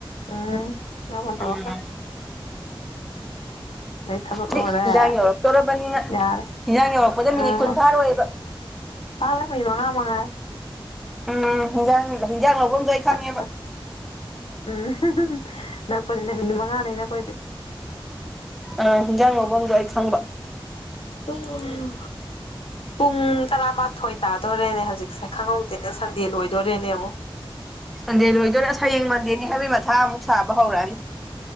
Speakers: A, on the left (about 80°); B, in the centre.
A: ꯎꯝ ꯌꯥꯝꯉꯟ ꯇꯧꯔꯈꯔꯦ
B: ꯎꯝ
A: ꯊꯕꯛ
B: ꯁꯤ
A: ꯂꯣꯏꯔꯦ
B: ꯍꯤꯟꯖꯥꯡ ꯌꯧꯔꯛꯇꯣꯔꯕꯅꯤꯅ
A: ꯌꯥꯔꯦ
B: ꯍꯤꯟꯖꯥꯡ ꯌꯧꯔꯛꯄꯗ ꯃꯤꯅꯤꯠ
A: ꯑꯥ
B: ꯀꯨꯟ ꯐꯥꯔꯣꯏꯕ
A: ꯐꯥꯔꯣꯏ ꯃꯤꯅꯤꯠ ꯃꯉꯥ ꯃꯉꯥꯏꯔꯦ
B: ꯎꯝ ꯍꯤꯟꯖꯥꯡ ꯍꯤꯟꯖꯥꯡ ꯂꯧꯕꯗꯣ ꯑꯩ ꯈꯪꯉꯦꯕ
A: ꯐꯠ ꯐꯠ ꯎꯝ ꯅꯛꯄꯅꯤ ꯅꯨꯃꯤꯠ ꯃꯉꯥꯅꯤꯅ ꯑꯈꯣꯏꯗꯤ
B: ꯑꯥ ꯍꯤꯟꯖꯥꯡ ꯂꯧꯕꯝꯗꯣ ꯑꯩ ꯈꯪꯕ
A: ꯎꯝ ꯄꯨꯡ ꯇꯔꯥꯃꯥꯊꯣꯏ ꯇꯥꯗꯣꯔꯦꯅꯦ ꯍꯧꯖꯤꯛꯁꯦ ꯈꯪꯍꯧꯗꯦꯅꯦ ꯁꯟꯗꯦ ꯂꯣꯏꯗꯣꯔꯦꯅꯦ ꯑꯃꯨꯛ
B: ꯁꯟꯗꯦ ꯂꯣꯏꯗꯣꯏꯔꯦ ꯑꯁ ꯍꯌꯦꯡ ꯃꯟꯗꯦꯅꯤ ꯍꯥꯏꯕꯒꯤ ꯃꯊꯥ ꯑꯃꯨꯛ ꯁꯥꯕ ꯍꯧꯔꯛꯑꯅꯤ